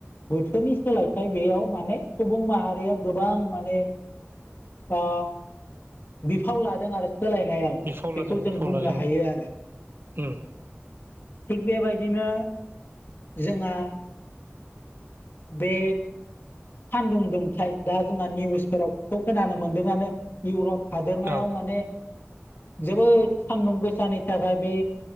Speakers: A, on the left (about 50°); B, on the right (about 55°).
A: बोथोरनि सोलायथाइ बेयाव माने सु बुं माहारिया गोबां माने ओ बिफाव लादों आरो। सोलायनायाव
B: बिफाव
A: बेखौ
B: लादों
A: जों
B: बिफाव
A: बुंनो
B: लादों
A: हायो
B: औ
A: आरो।
B: उम
A: थिग बेबायदिनो जोंहा बे सान्दुं दुंथाय दा जोंहा निउसफोरावथ' खोनानो मोन्दोंआनो इउरप हादोरमायाव
B: औ
A: माने जोबोद सान्दुं गोसानि थाखाय बे